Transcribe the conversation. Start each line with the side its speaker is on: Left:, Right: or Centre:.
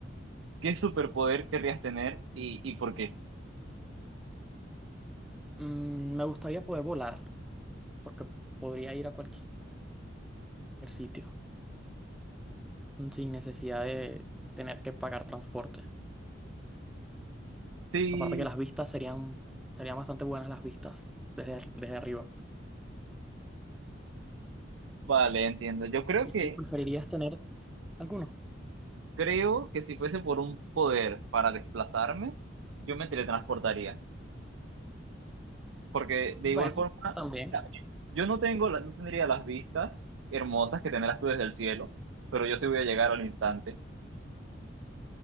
Right: ¿Qué superpoder querrías tener y, y por qué?
Centre: Mm, me gustaría poder volar, porque podría ir a cualquier sitio mm, sin necesidad de tener que pagar transporte.
Right: Sí,
Centre: Aparte que las vistas serían, serían bastante buenas las vistas desde, ar- desde arriba.
Right: vale, entiendo. Yo creo
Centre: ¿Y
Right: que,
Centre: tú preferirías tener alguno?
Right: creo que si fuese por un poder para desplazarme, yo me teletransportaría. Porque
Centre: Bueno,
Right: de igual forma,
Centre: también,
Right: o sea, yo no tengo, la- no tendría las vistas hermosas que tendrás tú desde el cielo, pero yo sí voy a llegar al instante.